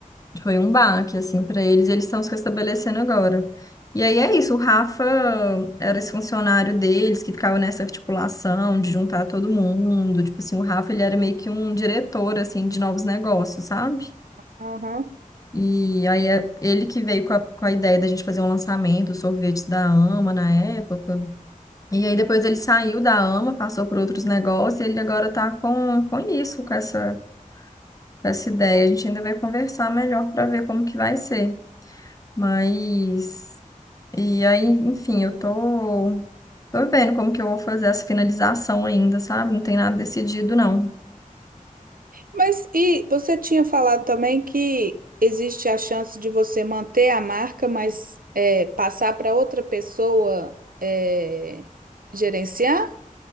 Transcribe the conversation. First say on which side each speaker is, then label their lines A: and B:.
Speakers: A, on the left; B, on the right.
A: foi um baque, assim, para eles, e eles estão se restabelecendo agora. E aí é isso, o Rafa era esse funcionário deles que ficava nessa articulação de juntar todo mundo. Tipo assim, o Rafa, ele era meio que um diretor, assim, de novos negócios, sabe?
B: Aham.
A: E aí é ele que veio com a, com a ideia da gente fazer um lançamento, os sorvetes da Ama na época. E aí depois ele saiu da AMA, passou por outros negócios, e ele agora tá com, com isso, com essa com essa ideia. A gente ainda vai conversar melhor para ver como que vai ser. Mas e aí, enfim, eu tô tô vendo como que eu vou fazer essa finalização ainda, sabe? Não tem nada decidido não.
B: Mas e você tinha falado também que existe a chance de você manter a marca, mas é, passar para outra pessoa é, gerenciar